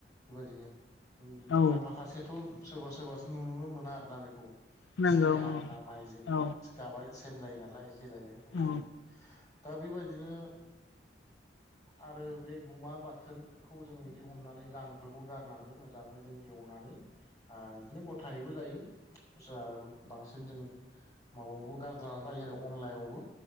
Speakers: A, on the left; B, on the left.
A: बेबायादिनो
B: औ
A: माखासेथ' सोरबा सोरबासो नुनो मोना आरो ना बेखौ
B: नंगौ
A: सिनाया आरो
B: औ
A: ना माइजों
B: औ
A: गाबाय सेम जायो नालाय एखे जायो ओंखायनो
B: औ
A: दा बेबायदिनो आरो बे गुमा बाथोनखौ जों बिदि हमनानै गांफोरखौ गारनानै मोजाङै जों एवो। संनानै आरो बिदिनो गथाहैबो जायो। <unintelligible> बांसिन जों माबायावबो गार जायो आरो अनलायावबो।